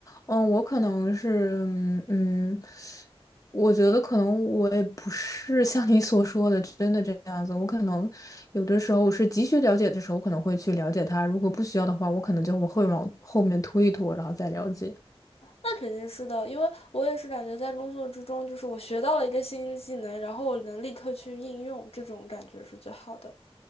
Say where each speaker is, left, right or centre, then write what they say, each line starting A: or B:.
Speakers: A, on the left; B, on the left.
A: 嗯，我可能是，嗯，嗯我觉得可能我也不是像你所说的真的这样子。我可能有的时候我是急需了解的时候，我可能会去了解他；如果不需要的话，我可能就会往后面拖一拖，然后再了解。
B: 那肯定是的，因为我也是感觉在工作之中，就是我学到了一个新技能，然后我能立刻去应用，这种感觉是最好的。